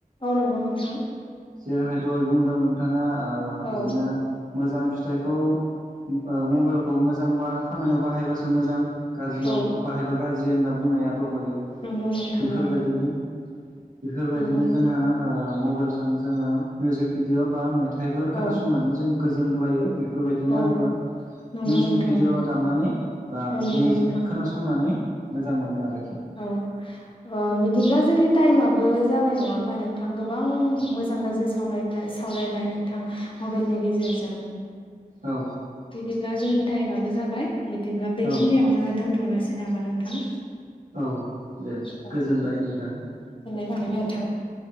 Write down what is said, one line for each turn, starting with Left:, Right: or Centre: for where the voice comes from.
Left: औ नंगौ नोंथां।
Right: जेरहाय दहय बुंदों नोंथाङा ओ बिदिनो
Left: औ
Right: मोजां फिथाइखौ ओ मबाइलखौ मोजांबा खामानियाव बाहायबासो मोजां गाज्रियाव
Left: औ
Right: बाहायबा गाज्रि होनना बुं -नाया दहयो
Left: <unintelligible>
Right: बेफोरबायदिनो बेफोरबायदिनो
Left: नंगौ नोंथां
Right: जोंङो ओ मबाइलजों जोंङो मिउजिक भिडिअ' बा <unintelligible> मेथाइ फोर खोनासंनानै
Left: औ
Right: जों गोजोनग्लायो बेफोरबायदिनो
Left: औ
Right: आंबो
Left: नंगौ
Right: मिउजिक
Left: नोंथां
Right: भिडिअ'
Left: नंगौ
Right: दामनानै बा
Left: औ नंगौ
Right: मिउजिक
Left: नोंथां
Right: खोनासंनानै मोजां मोनो आरो।
Left: औ अ <unintelligible> बिदिब्ला जोंनि टाइमाबो जाबाय नंङा होमबा नोंथां गोबां मोजां गाज्रि सावलायबाय-सावरायबाय। नोंथां मबाइलनि गेजेरजों।
Right: औ
Left: बिदिब्ला जोंनि टाइमआबो जाबाय बिदिब्ला बेखिनियावनो
Right: औ
Left: दोनथ' हरनोसै नामा नोंथां?
Right: औ दे
Left: औ
Right: गोजोनबाय नोंथां।
Left: <unintelligible> नोंथां।